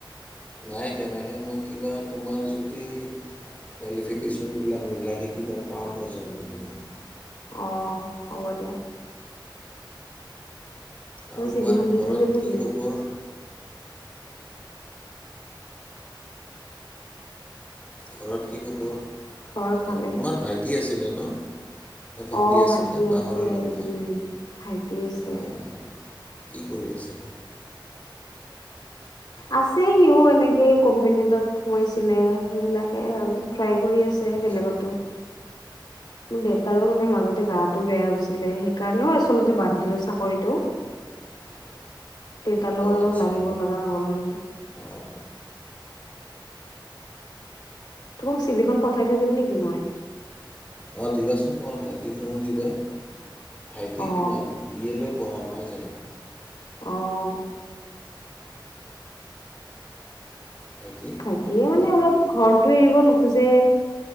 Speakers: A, on the left; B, on the left.
A: নাই তেনেকৈ মই কিবা তোমাৰ যদি কোৱালি ফিকেশ্যনবিলাক মিলাকে কিবা পাওঁ মই জানাম তোমাক
B: অঁ হ'ব দিয়া
A: আৰু
B: মই চিভিখন
A: কোৱা ঘৰত
B: দি থৈ যাবি নেকি
A: কি খবৰ? ঘৰত কি খবৰ?
B: ঘৰত
A: অ
B: ভালে
A: তোমাৰ ভাইটি আছিলে ন? নে ভণ্টি
B: অ
A: আছিলে
B: ভাইটি
A: পাহৰিলোঁ
B: আছে
A: মই
B: উম ভাইটি আছে।
A: অঁ কি কৰি আছে
B: আছে সিও এনেকে কোম্পানী এটাত সোমাইছিলে। সেইবিলাকে আৰু ট্ৰাই কৰি আছে
A: আচ্ছা
B: বেলেগতো। মোৰ দেউতাৰো মানে মাজতে গাটো বেয়া হৈছিলে সেইকাৰণেও আচলতে বাদ দিলো চাকৰিটো।
A: <unintelligible>
B: দেউতাৰ লগত
A: অঁ
B: অলপ
A: আচ্ছা
B: লাগিব লগা হ'ল মানে
A: অঁ অঁ
B: তোমাক চিভিখন পঠাই থৈ দিম নেকি মই
A: অঁ দিবাচোন তোমাৰ ভাইটিৰখনো দিবা। ভাইটি
B: অ
A: কিমান বি এ লৈ পঢ়া? হয় যায়
B: অঁ
A: ভাইটি
B: ভাইটিয়ে
A: তোমাৰ
B: মানে অলপ ঘৰটো এৰিব নোখোজে